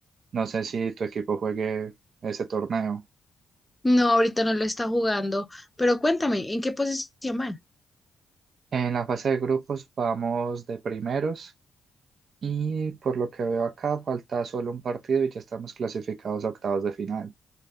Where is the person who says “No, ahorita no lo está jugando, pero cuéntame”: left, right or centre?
Left